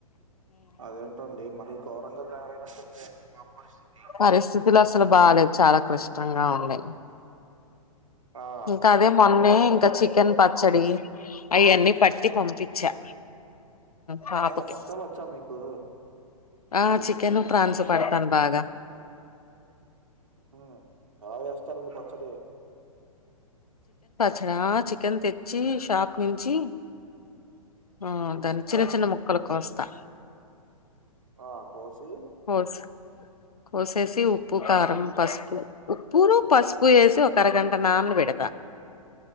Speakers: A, on the right; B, on the left.
A: అదేంటండి మరీ ఘోరంగా తయారైనట్టుంది అండి మా పరిస్థితి
B: పరిస్థితులు అసలు బాగాలేదు చాలా క్లిష్టంగా ఉన్నాయి
A: ఆ
B: ఇంకా అదే మొన్నె ఇంకా చికెన్ పచ్చడి అయన్నీ పట్టి
A: ఆ
B: పంపించా పాపకి
A: ఆ పచ్చళ్ళు వచ్చా మీకు
B: ఆ చికెను ప్రాన్సు పడతాను బాగా
A: హ్మ్ ఎలా చేస్తారండి పచ్చడి
B: అక్కడ చికెన్ తెచ్చి షాప్ నుంచి ఆ దాని చిన్న చిన్న ముక్కలు కోస్తా
A: ఆ కోసి
B: కోసి కోసేసి ఉప్పు కారం పసుపు ఉప్పును పసుపు వేసి ఒక అరగంట నాన పెడతా